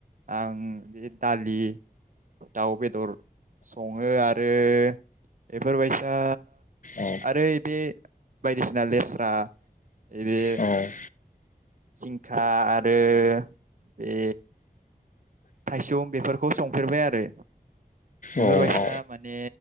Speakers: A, on the right (about 55°); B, on the left (about 55°).
A: आं बे दालि दाउ बेदर बेदर सङो आरो बेफोरबायसा
B: औ
A: आरो बे बायदिसिना लेस्रा बे
B: औ
A: जिंखा आरो बे थाइसम बेफोरखौ संफेरबाय आरो बेफोरबायसा
B: औ औ
A: माने